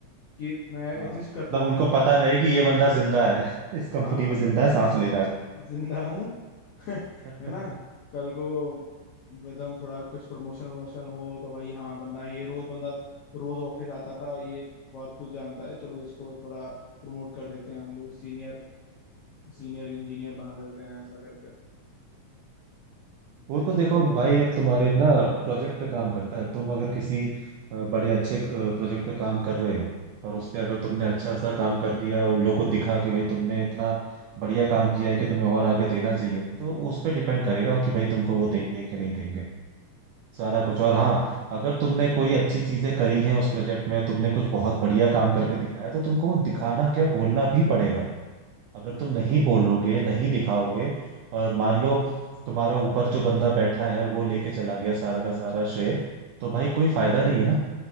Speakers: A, on the left; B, on the right.
A: कि मैं
B: हाँ
A: एग्जिस्ट करता
B: मतलब
A: हूँ
B: उनको
A: यहाँ
B: पता
A: पे
B: रहे कि ये बंदा जिंदा है <laughs> इस कंपनी
A: हाँ
B: में जिंदा है सांस ले रहा
A: जिंदा हूँ <laughs> है
B: है
A: ना कल को एकदम थोड़ा कुछ प्रमोशन प्रमोशन हो तो भाई हाँ बंदा ये रोज बंदा रोज ऑफिस आता था ये बहुत कुछ जानता है चलो इसको थोड़ा प्रमोट कर देते हैं हम लोग सीनियर सीनियर इंजीनियर बना देते हैं ऐसा करके
B: <laughs> वो
A: तो ये
B: तो
A: सब
B: देखो
A: तो मैं
B: भाई अब तुम्हारे ना प्रोजेक्ट पे काम करता है तुम अगर किसी अ, बड़े अच्छे प्रोजेक्ट पे काम कर रहे हो और उस पे अगर तुमने अच्छा सा काम कर दिया उन लोगों को दिखा कि भाई तुमने इतना बढ़िया काम किया है कि तुम्हें और आगे देना चाहिए तो उस पे डिपेंड करेगा कि भाई तुमको वो देंगे कि नहीं देंगे सारा
A: हम्म
B: कुछ और हाँ अगर तुमने कोई अच्छी चीजें करी हैं उस प्रोजेक्ट में तुमने कुछ बहुत बढ़िया काम करके दिखाया तो तुमको वो दिखाना क्या बोलना भी पड़ेगा अगर
A: हम्म
B: तुम नहीं
A: हम्म
B: बोलोगे नहीं दिखाओगे और मान लो तुम्हारा ऊपर जो बंदा बैठा है वो लेके चला गया सारा का सारा श्रेय तो भाई
A: हम्म,
B: कोई
A: हम्म,
B: फायदा नहीं है ना